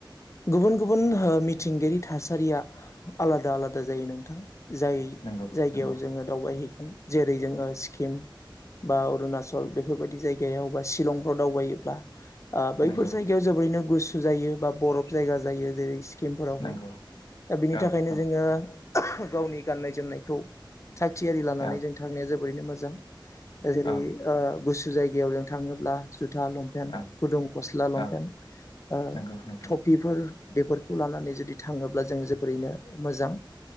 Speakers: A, on the left; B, on the left.
A: गुबुन गुबुन हो मिथिंगायारि थासारिया आलादा आलादा जायो नोंथां जाय
B: नंगौ
A: जायगायाव
B: नंगौ
A: जोङो दावबायहैगोन जेरै जोङो सिक्किम बा अरुणाचल बेफोरबायदि जायगायाव बा शलंफ्राव दावबायोब्ला ओ बैफोर
B: नंगौ
A: जायगायाव जोबोरैनो गुसु जायो बा बरफ जायगा जायो जेरै स्किमफोरावहाय
B: नंगौ
A: दा बिनि
B: औ
A: थाखायनो
B: औ
A: जोङो गावनि गाननाय जोमनायखौ थागियारि लानानै
B: औ
A: जों थांनाया जोबैनो मोजां जेरै
B: औ
A: गु गुसु जगायाव नों थाङोब्ला जुथा लंपेन्ट
B: औ
A: गुदुं गस्ला लंपेन्ट
B: औ
A: ओ
B: नंगौ नोंथां
A: थफिफोर बेफोरखौ लानानै जुदि थाङोब्ला जों जोबोरैनो मोजां